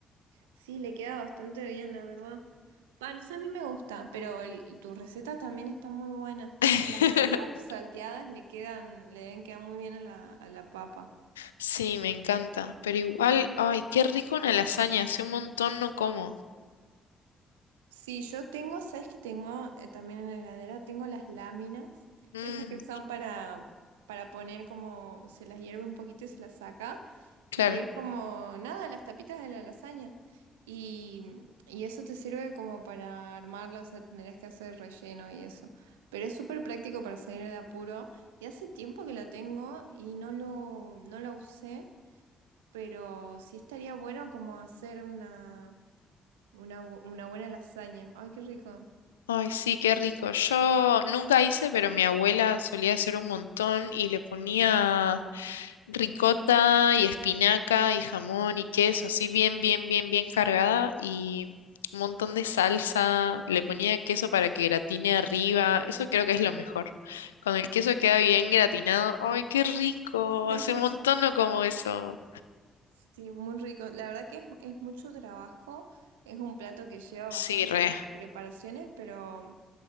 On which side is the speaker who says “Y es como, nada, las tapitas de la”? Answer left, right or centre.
Right